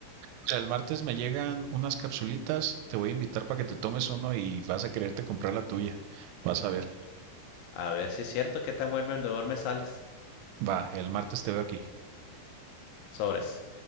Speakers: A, on the right (about 85°); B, on the left (about 80°).
A: O sea, el martes me llegan unas capsulitas, te voy a invitar para que te tomes uno y vas a quererte comprar la tuya. Vas a ver.
B: A ver si es cierto, qué tan buen vendedor me sales.
A: Va, el martes te veo aquí.
B: Sobres.